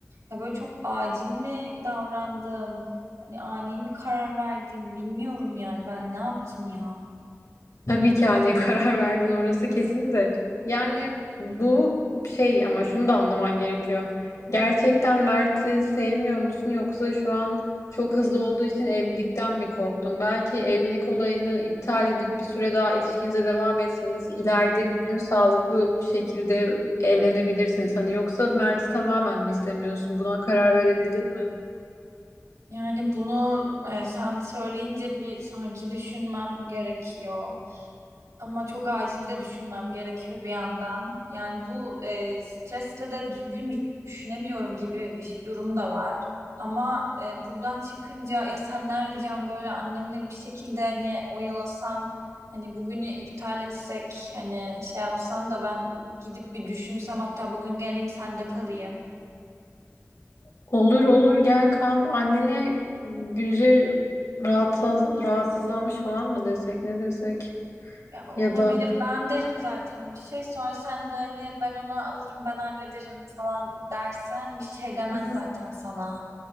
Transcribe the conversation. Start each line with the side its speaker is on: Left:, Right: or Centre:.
Right: Ya böyle çok acil mi davrandım? Hani ani mi karar verdim? Bilmiyorum yani ben ne yaptım ya.
Left: Tabii ki hani <laughs> karar verdin orası kesin de. Yani bu şey ama şunu da anlaman gerekiyor. Gerçekten Mert'i sevmiyor musun yoksa şu an çok hızlı olduğu için evlilikten mi korktun? Belki evlilik olayını iptal edip bir süre daha ilişkinize devam etseniz ileride bir gün sağlıklı bir şekilde evlenebilirsiniz. Hani yoksa Mert'i tamamen mi istemiyorsun? Buna karar verebildin mi?
Right: Yani bunu e, sen söyleyince bir sanki düşünmem gerekiyor. Ama çok acil de düşünmem gerekiyor bir yandan. Yani bu e, stresle de düzgün düşünemiyorum gibi bir durum da var. Ama e, buradan çıkınca ya senden ricam böyle annemleri bir şekilde hani oyalasan, hani bugünü iptal etsek, hani şey yapsan da ben gidip bir düşünsem hatta bugün geleyim sende kalayım.
Left: Olur olur gel kal. Annene Gülce rahatsız, rahatsızlanmış falan mı desek ne desek?
Right: Ya olabilir.
Left: Ya da
Right: Ben derim zaten bir şey. Sonra sen de hani ben onu alırım ben hallederim falan dersen bir şey demez
Left: Hı hı.
Right: zaten sana.